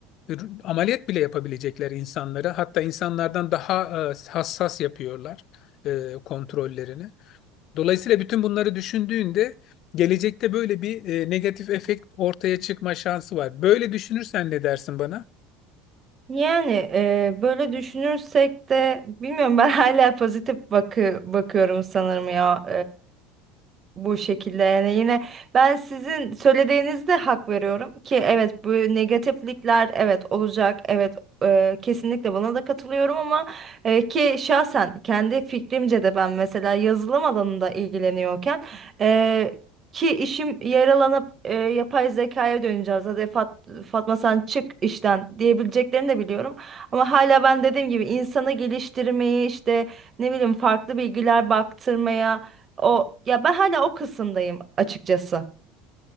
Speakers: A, on the left; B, on the right.
A: ür- ameliyat bile yapabilecekler insanları. Hatta insanlardan daha e, hassas yapıyorlar e, kontrollerini. Dolayısıyla bütün bunları düşündüğünde gelecekte böyle bir e, negatif efekt ortaya çıkma şansı var. Böyle düşünürsen ne dersin bana?
B: Yani e, böyle düşünürsek de bilmiyorum ben <laughs> hala pozitif bakı bakıyorum sanırım ya bu şekilde yani yine ben sizin söylediğinizde hak veriyorum ki evet bu negatiflikler evet olacak evet e, kesinlikle buna da katılıyorum ama e, ki şahsen kendi fikrimce de ben mesela yazılım alanında ilgileniyorken e, ki işim yaralanıp e, yapay zekaya döneceğiz hadi Fat- Fatma sen çık işten diyebileceklerini de biliyorum ama hala ben dediğim gibi insanı geliştirmeyi işte ne bileyim farklı bilgiler baktırmaya o ya ben hala o kısımdayım açıkçası.